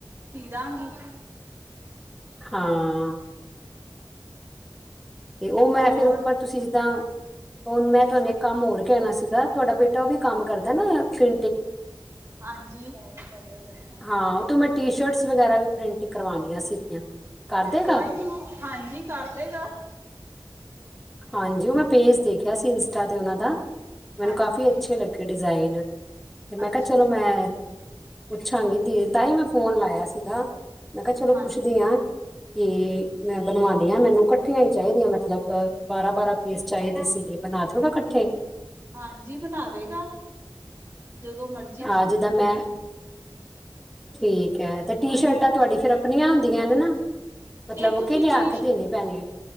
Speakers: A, on the right; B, in the centre.
A: ਸੀ ਦਾਂਗੀ।
B: ਹਾਂ।
A: <unintelligible>
B: ਤੇ ਓ ਮੈਂ
A: ਹੋਰ
B: ਫੇਰ ਉੱਪਰ, ਤੁਸੀਂ ਜਿੱਦਾਂ ਹੁਨ ਮੈਂ ਤੁਆਨੂੰ ਇੱਕ ਕੰਮ ਹੋਰ ਕੈਨਾ ਸੀਗਾ ਤੁਆਡਾ ਬੇਟਾ‌ ਓ ਵੀ ਕੰਮ ਕਰਦੈ ਨਾ ਪੇ
A: ਹਾਂਜੀ। ਐ ਕਰਯੋ ਜਰਾ
B: ਹਾਂ ਉਹ ਤੋਂ ਮੈਂ ਟੀ- ਸ਼ਰਟਸ ਵਗੈਰਾ ਵੀ ਪ੍ਰਿੰਟ ਕਰਵਾਨੀਆਂ ਸੀਗੀਆਂ। ਕਰ ਦੇਗਾ
A: ਕੋਈ ਨੀ, ਹਾਂਜੀ ਕਰ ਦੇਗਾ।
B: ਹਾਂਜੀ ਓ ਮੈਂ ਪੇਜ ਦੇਖਿਆ ਸੀ ਇੰਸਟਾ ਤੇ ਉਨਾਂ ਦਾ, ਮੈਨੂੰ
A: ਹਾਂਜੀ
B: ਕਾਫ਼ੀ ਅੱਛੇ ਲੱਗੇ ਡਿਜ਼ਾਇਨ। ਤੇ ਮੈਂ
A: ਅੱਛਾ
B: ਕਿਆ ਚਲੋ
A: ਜੀ
B: ਮੈਂ ਪੁੱਛਾਂਗੀ ਦੀ, ਤਾਂ ਈ ਮੈਂ ਫੋਨ ਲਾਇਆ ਸੀਗਾ। ਮੈਂ ਕਿਆ ਚਲੋ
A: ਹਾਂਜੀ।
B: ਪੁੱਛਦੀ ਆ ਕਿ
A: ਹੂੰ।
B: ਮੈਂ ਬਣਵਾਣੀ ਐ, ਮੈਨੂੰ ਕੱਠੀਆਂ ਈ ਚਾਈਦੀ ਐ ਮਤਲਬ ਬਾਰਾਂ- ਬਾਰਾਂ ਪੀਸ ਚਾਈਦੇ ਸੀਗੇ, ਬਨਾ ਦੋਗੇ ਕੱਠੇ?
A: ਹਾਂਜੀ ਬਨਾ ਦੇਗਾ ਜਦੋਂ ਮਰ
B: ਅੱਜ ਤਾਂ ਮੈਂ ਠੀਕ ਐ! ਤੇ ਟੀ- ਸ਼ਰਟਾਂ ਤੁਆਡੀ ਫੇਰ ਅਪਣੀਆਂ ਹੁੰਦੀਆਂ ਨੇ ਨਾ। ਮਤਲਬ
A: ਜੇ ਤੁਸੀਂ
B: ਕਿ ਲਿਆ
A: ਟੀ
B: ਕੇ ਦੇਨੀ ਪੈਣੀ ਐ।